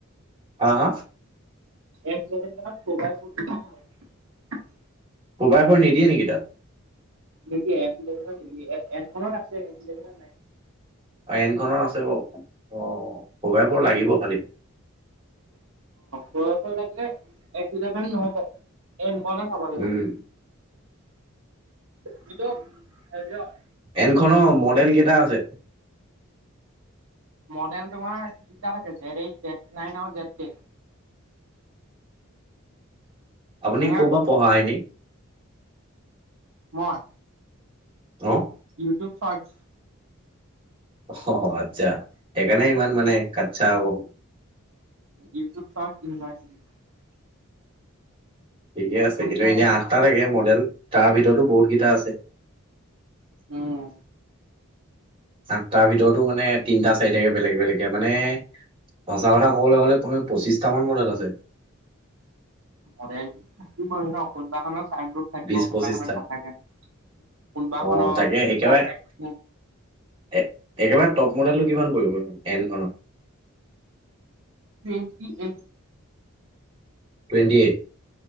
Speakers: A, on the right (about 25°); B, on the right (about 70°).
A: হা হা?
B: এছ ইলেভেনখনত মোবাইল ফোনটো নাই আৰু।
A: মোবাইল ফোনটো নিদিয়ে নেকি তাত?
B: নিদিয়ে এফ ইলেভেনত নিদিয়ে। এনখনত আছে এফ ইলেভেনত নাই।
A: অ'এনখনত আছে বাৰু। অ', <unintelligible> লাগিব কালি।
B: বয়সৰ লাগিলে এছ ইলেভেন নহ'ব এনখন হে চাব লাগিব।
A: উম
B: কিটো এফ জেদ ওৱান।
A: এনখনৰ মডেল কেইটা আছে?
B: মডেল তোমাৰ তিনিটা জেড এইট জেড নাইন আৰু জেড টেন।
A: আপুনি
B: মানে
A: ক'ৰবাত পঢ়া হয় নি?
B: মই?
A: অ'।
B: YouTube search.
A: অ' আচ্ছা সেইকাৰনে ইমান মানে কচ্ছা আকৌ।
B: ইউটিউব চাও ইউনিভাৰচিটি ত।
A: ঠিকে আছে
B: শুনিছা
A: কিন্তু এনে
B: চাগে
A: আঠটা
B: ন?
A: থাকে মডেল। তাৰ ভিতৰতো বহুতকেইটা আছে।
B: উম।
A: আঠটাৰ ভিতৰতো মানে তিনটা চাৰিটাকে বেলেগ বেলেগে মানে সঁচা কথা ক'বলৈ গ'লে কমে পঁচিছটামান মডেল আছে।
B: মডেল থাকিবই ন কোনোবাখনত চাট গ্ৰুপ থাকিব
A: বিশ
B: কোনোবাখনত
A: পঁচিশটা
B: নাথাকে। কোনোবাখনত
A: অ' তাকে একেবাৰে,
B: টুৱেন্টি
A: এ একেবাৰে টপ মডেলটো কিমান পৰিব এনখনত?
B: Twenty eight
A: twenty eight?